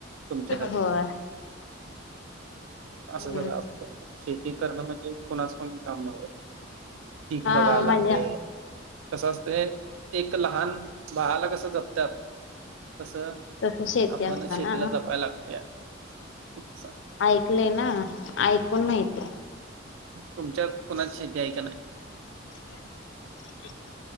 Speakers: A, on the right (about 85°); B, on the left (about 65°).
A: तुमच्यासाठी
B: होय
A: असं
B: हम्म
A: सगळं असतंय. शेती करणं म्हणजे कुणाचं पण काम नव्हं पीक
B: हा
A: बघाय लागतंय,
B: माझ्या
A: कसं असतयं एक लहान बाळाला कसं जपत्यात तसं
B: तस शेती
A: आपण
B: असताना
A: शेतीला जपाय लागतया असं.
B: ऐकलंय ना, ऐकून माहिताय.
A: तुमच्यात कुणाची शेती आहे का नाही?
B: <unintelligible>